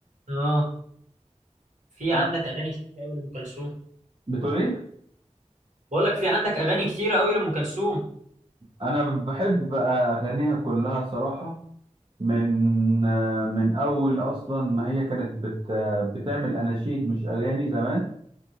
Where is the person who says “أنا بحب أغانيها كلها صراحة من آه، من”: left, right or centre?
Right